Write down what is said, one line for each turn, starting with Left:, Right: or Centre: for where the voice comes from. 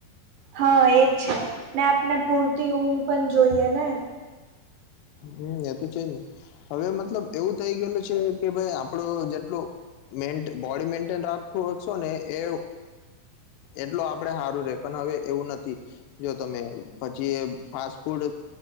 Right: હા એજ છે ને આપણે પૂરતી ઊંઘ પણ જોઈએ ને
Left: હમ એ તો છેજ નહી હવે મતલબ એવું થઈ ગયેલું છે કે ભાઈ આપડો જેટલો મે બોડી મેન્ટેન રાખો છો ને એ એટલો આપડે સારું રે પણ હવે એવું નથી. જો તમે પછી ફાસ્ટ ફૂડ